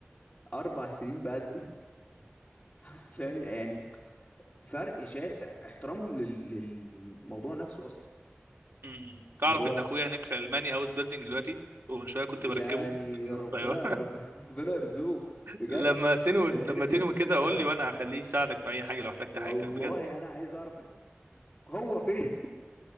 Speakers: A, on the left (about 25°); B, on the right (about 75°).
A: اربع سنين بقدم <laughs> فا- يعني فرق شاسع احترامهم لل... للموضوع نفسه اصلا
B: مم. تعرف
A: اللي هو
B: ان اخويا هناك في المانيا هاوس بيلدينج دلوقتي ومن شويه كنت
A: يعني
B: بركبه من
A: ربنا
B: الطياره
A: رب... <laughs> ربنا يرزقه بجد
B: لما تنوي
A: اللي
B: لما
A: عرف
B: تنوي
A: يعمل
B: كده
A: كده
B: قول لي وانا هخليه يساعدك في اي حاجه لو احتجت
A: والله
B: حاجه بجد
A: انا عايز اعرف هو فين